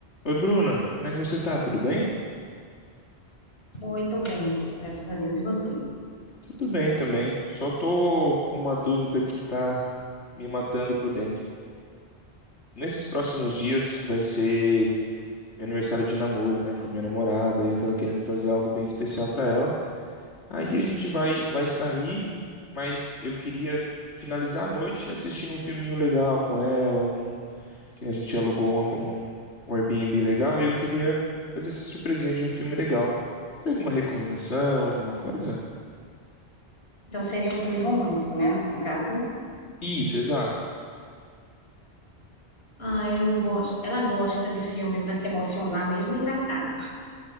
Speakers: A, on the left; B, on the left.
A: Oi, Bruna, como é que você tá? Tudo bem?
B: Oi, tô bem, graças a Deus. E você?
A: Tudo bem também. Só tô com uma dúvida que tá me matando por dentro. Nesses próximos dias vai ser meu aniversário de namoro, né, com a minha namorada, e eu tava querendo fazer algo bem especial pra ela. Aí a gente vai vai sair,
B: Uhum.
A: mas eu queria finalizar a noite assistindo um filminho legal com ela, num- que a gente alugou uma- um, um Airbnb legal, e eu queria fazer essa surpresinha de um filme legal. Você tem alguma recomendação, alguma coisa?
B: Então seria um filme romântico, né, no caso?
A: Isso, exato.
B: Ah, eu gosto. Ela gosta de filme para se emocionar mesmo, é engraçado.